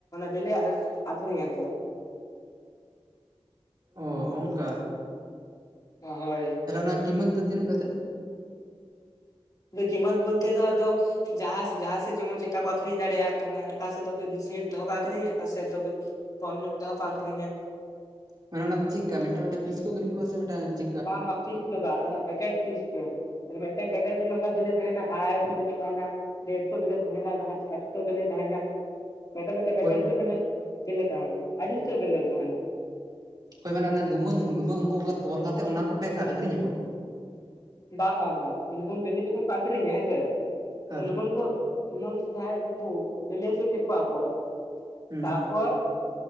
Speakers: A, on the left; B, on the right.
A: ᱵᱞᱮ ᱟᱠᱷᱨᱤᱧᱟᱠᱚ
B: ᱚ ᱚᱱᱠᱟ?
A: ᱦᱳᱭ
B: ᱛᱟᱦᱚᱞᱮ ᱚᱱᱟ ᱠᱤᱢᱚᱛ ᱫᱚ ᱛᱤᱱᱟᱹᱜ ᱠᱟᱛᱮᱫ?
A: ᱠᱤᱢᱛ ᱵᱚᱞᱛᱮ ᱟᱫᱚ ᱡᱟᱦᱟᱸ ᱡᱟᱦᱟᱸ ᱥᱮᱫ ᱡᱮᱢᱚᱱ ᱪᱮᱫᱠᱟ ᱠᱚ ᱟᱹᱠᱷᱨᱤᱧ ᱫᱟᱲᱮᱭᱟᱜ ᱠᱟᱱᱟ ᱚᱠᱟ ᱥᱮᱫ ᱫᱚ ᱵᱤᱥᱤ ᱛᱮᱦᱚᱸ ᱠᱚ ᱟᱠᱷᱨᱤᱧᱟ ᱚᱠᱟ ᱥᱮᱫ ᱫᱚ ᱠᱟᱢ ᱧᱳᱜ ᱛᱮᱦᱚ ᱟᱠᱷᱨᱤᱧ ᱮᱱ
B: ᱢᱟᱱᱮ ᱚᱱᱟ ᱫᱚ ᱪᱮᱫᱠᱟ ᱢᱤᱫᱴᱟᱝ ᱯᱤᱥ ᱠᱚ ᱟᱹᱨᱤ ᱠᱚᱣᱟ ᱥᱮ ᱪ
A: ᱵᱟᱝ ᱵᱟᱝ ᱪᱮᱠ ᱫᱚ ᱵᱟᱝ ᱯᱮᱠᱮᱴ ᱥᱤᱥᱴᱮᱢ <unintelligible> <unintelligible> ᱢᱮᱴ ᱢᱮᱴ ᱯᱮᱠᱮᱴ
B: ᱦᱳᱭ
A: ᱨᱮ ᱢᱟᱱᱮ ᱵᱤᱞᱮ ᱛᱟᱦᱮᱱᱟ ᱟᱹᱰᱤ ᱩᱥᱛᱟᱨ ᱵᱮᱞᱮ ᱛᱟᱦᱮᱱᱟ
B: ᱦᱳᱭ ᱢᱟᱱᱮ ᱚᱱᱟ ᱞᱩᱢᱟᱹᱝ ᱞᱩᱢᱟᱹᱝ ᱩᱱᱠᱩ ᱠᱚ ᱛᱚᱞ ᱠᱟᱛᱮᱫ ᱚᱱᱟ ᱠᱚ ᱯᱮ ᱠᱟᱜ ᱟᱠᱷᱨᱤᱧ ᱟᱠᱠᱚ
A: ᱵᱟᱝ ᱵᱟᱝ ᱵᱟᱝ ᱞᱩᱢᱩᱝ ᱫᱤᱞᱤ ᱡᱚᱠᱷᱚᱱ ᱟᱠᱷᱨᱤᱧ ᱦᱮᱸᱥᱮ
B: ᱦᱮᱸ
A: ᱞᱩᱢᱩᱝ ᱠᱚ ᱞᱩᱢᱟᱝ ᱡᱟᱦᱟᱸᱭ ᱩᱱᱠᱩ ᱵᱮᱞᱤ ᱦᱚᱪᱩ ᱠᱮᱫ ᱠᱚᱣᱟ
B: ᱦᱩᱸ
A: ᱛᱟᱯᱚᱨ